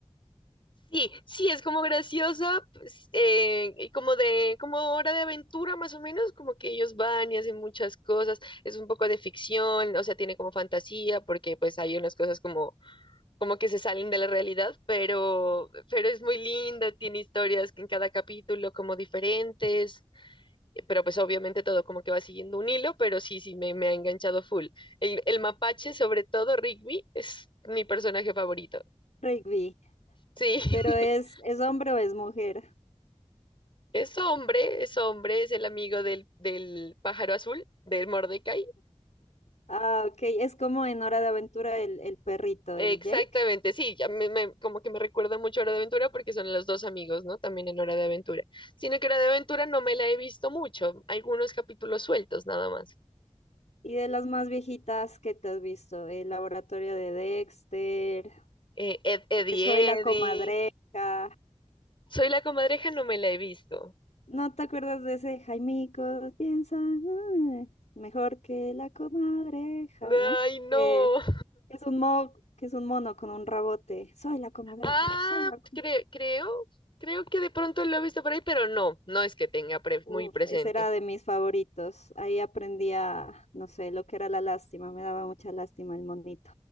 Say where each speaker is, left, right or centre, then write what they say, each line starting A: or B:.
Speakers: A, on the left (about 45°); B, on the left (about 85°).
A: Sí, sí, es como graciosa, pues, eh, y como de, como hora de aventura más o menos, como que ellos van y hacen muchas cosas, es un poco de ficción, o sea, tiene como fantasía, porque pues hay unas cosas como, como que se salen de la realidad, pero, pero es muy linda, tiene historias que en cada capítulo como diferentes, eh, pero pues obviamente todo como que va siguiendo un hilo, pero sí, sí, me, me ha enganchado full. El, el mapache, sobre todo Rigby, es mi personaje favorito,
B: Rigby,
A: sí.
B: pero es,
A: <laughs>
B: ¿es hombre o es mujer?
A: Es hombre, es hombre, es el amigo del, del pájaro azul, del Mordecai.
B: Ah, ok, es como en Hora de Aventura el, el perrito,
A: Exactamente,
B: el Jake.
A: sí, ya me- me- como que me recuerda mucho a Hora de Aventura porque son los dos amigos, ¿no? También en Hora de Aventura. Sino que Hora de Aventura no me la he visto mucho, algunos capítulos sueltos nada más.
B: Y de las más viejitas que te has visto, El Laboratorio de Dexter,
A: Eh, Ed, Eddie,
B: Que Soy
A: Eddie.
B: la Comadreja.
A: Soy la comadreja, no me la he visto.
B: ¿No te acuerdas de ese Jaimico? Piensa ah, mejor que la comadreja,
A: Ay,
B: ¿no?
A: no.
B: Que que es un mo, que es un mono con un rabote. Soy la comadreja,
A: Ah,
B: soy la com-
A: cre- creo, creo que de pronto lo he visto por ahí, pero no, no es que tenga pre-
B: Uf,
A: muy presente.
B: ese era de mis favoritos. Ahí aprendía, no sé, lo que era la lástima. Me daba mucha lástima el monito.